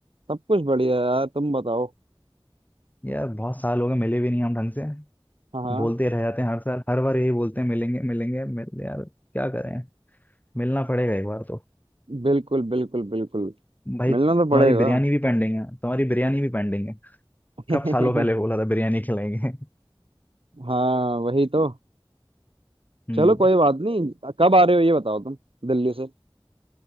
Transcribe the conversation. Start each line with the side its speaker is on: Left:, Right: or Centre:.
Right: सब कुछ बढ़िया है यार तुम बताओ
Left: यार बहुत साल हो गए मिले भी नहीं हम ढंग से
Right: हाँ हाँ
Left: बोलते रह जाते हैं हर साल हर बार यही बोलते हैं मिलेंगे मिलेंगे मिल यार क्या करें मिलना पड़ेगा एक बार तो
Right: बिल्कुल बिल्कुल बिल्कुल
Left: भाई
Right: मिलना
Left: तुम्हारी
Right: तो पड़ेगा
Left: बिरयानी भी पेंडिंग है तुम्हारी बिरयानी भी पेंडिंग है
Right: <laughs>
Left: कब सालों पहले बोला था बिरयानी खिलाएंगे <laughs>
Right: हाँ वही तो
Left: हम्म
Right: चलो कोई बात नहीं कब आ रहे हो ये बताओ तुम दिल्ली से